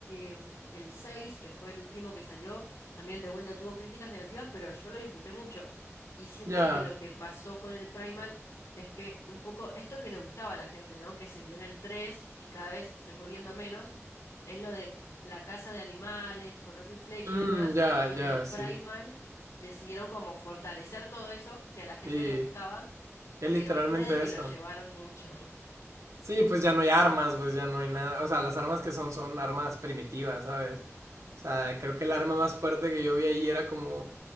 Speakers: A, on the left; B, on the right.
A: em, el seis que fue el último que salió, también de vuelta tuvo críticas negativas, pero yo lo disfruté mucho. Y siento
B: ya.
A: que lo que pasó con el Primal es que un poco esto que le gustaba a la gente, ¿no? Que se vio en el 3 y cada vez se fue viendo menos, es lo de la caza de animales, con arco y flecha
B: Mm,
A: y demás,
B: ya,
A: y en
B: ya,
A: el Primal
B: sí.
A: decidieron como fortalecer todo eso que a la gente
B: Sí.
A: le gustaba,
B: Es
A: pero
B: literalmente
A: puede que
B: eso.
A: lo llevaron mucho. <laughs>
B: Sí, pues ya no hay armas, pues ya no hay nada. O sea,
A: Claro,
B: las armas que son son armas primitivas, ¿sabes? O sea, creo que el arma más fuerte que yo vi ahí era como